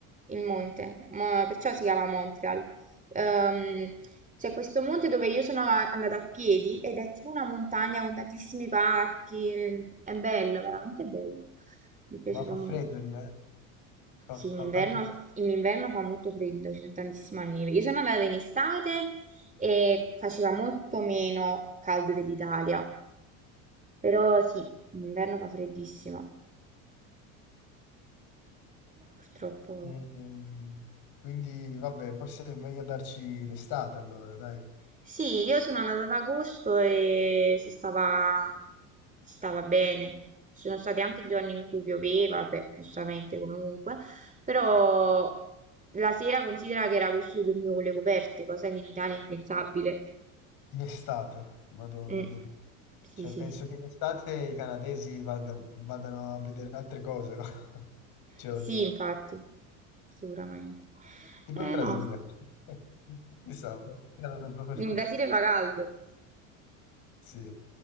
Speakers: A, on the right; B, on the left.
A: il monte, mo- perciò si chiama Montreal. Ehm, c'è questo monte dove io sono a- andata a piedi ed è tipo una montagna con tantissimi parchi, è bello, veramente bello, mi è piaciuto
B: Ma fa
A: molto.
B: freddo lì, eh? Fa,
A: Sì,
B: fa
A: in inverno,
B: tanto freddo.
A: in inverno fa molto freddo, c'è tantissima neve. Io sono andata in estate e faceva molto meno caldo dell'Italia, però sì, in inverno fa freddissimo, purtroppo.
B: Ehm, quindi vabbè, forse è meglio andarci d'estate allora, dai.
A: Sì, io sono andata ad agosto e si stava, si stava bene. Ci sono stati anche giorni in cui pioveva, beh, giustamente comunque, però la sera considera che era agosto io dormivo con le coperte, cosa che in Italia è impensabile.
B: In estate, madonna
A: Mh.
B: mia.
A: Sì,
B: Cioè,
A: sì,
B: penso
A: sì.
B: che in estate i canadesi vada- vadano a vedere altre cose, no? <laughs> Cioè,
A: Sì, infatti, sicuramente.
B: tipo
A: Eh
B: in Brasile.
A: no, <laughs> s
B: <laughs> Chissà, erano proprio-
A: in Brasile fa caldo.
B: <laughs> Sì.